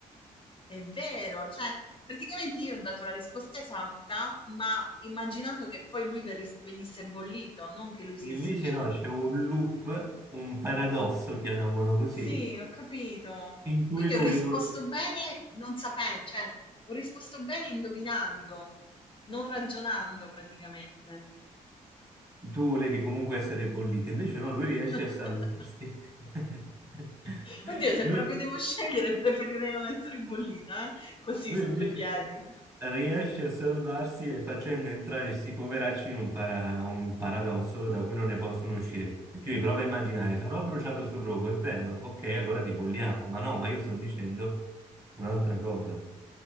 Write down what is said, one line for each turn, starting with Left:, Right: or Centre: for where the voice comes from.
Left: È vero, cioè praticamente io ho dato la risposta esatta, ma immaginando che poi lui verris- venisse bollito, non che lui stesse
Right: Invece
Left: dicendo
Right: no, c'è un loop, un paradosso, chiamiamolo così,
Left: Sì, ho capito.
Right: in cui
Left: Quindi
Right: lui
Left: ho risposto
Right: non...
Left: bene non sapendo, cioè ho risposto bene indovinando, non ragionando praticamente.
Right: Tu volevi comunque essere bollito, invece no, lui riesce
Left: <laughs>
Right: a salvarsi. <laughs>
Left: Oddio, se
Right: Lui,
Left: proprio devo scegliere, preferirei non essere bollita, eh? Così
Right: lui
Left: su
Right: invece...
Left: due piedi.
Right: riesce a salvarsi e facendo entrare questi poveracci in un, para- un paradosso da cui non ne possono uscire più. Io provo
Left: <laughs>
Right: a immaginare, sarò bruciato sul rogo, è vero, ok, allora ti bolliamo, ma no, ma io sto dicendo un'altra cosa.